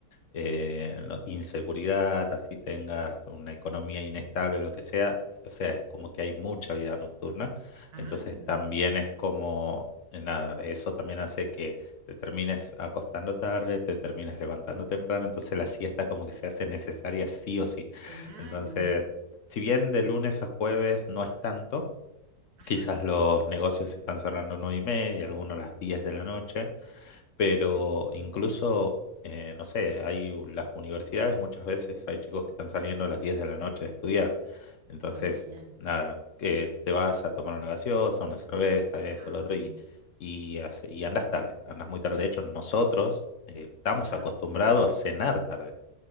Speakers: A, on the left; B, on the right.
A: eh, no- inseguridad, así tengas una economía inestable, lo que sea, o sea, es como que hay mucha vida nocturna,
B: Ah,
A: entonces también es como, eh, nada, eso también hace que te termines acostando tarde, te termines levantando temprano, entonces la siesta como que se hace necesaria sí o sí.
B: claro.
A: Entonces, si bien de lunes a jueves no es tanto,
B: Ajá,
A: Quizás los negocios se están cerrando nueve y media, algunos a las 10 de la noche, pero
B: ajá,
A: incluso, eh, no sé, hay u- las universidades, muchas veces hay chicos que están saliendo a las 10 de la noche de estudiar. Entonces,
B: ah, ya,
A: nada, que te vas a tomar una gaseosa, una cerveza, esto,
B: claro.
A: lo otro, y, y, hace- y andas tarde, andas muy tarde. De hecho, nosotros eh, estamos
B: Ajá,
A: acostumbrados a cenar tarde.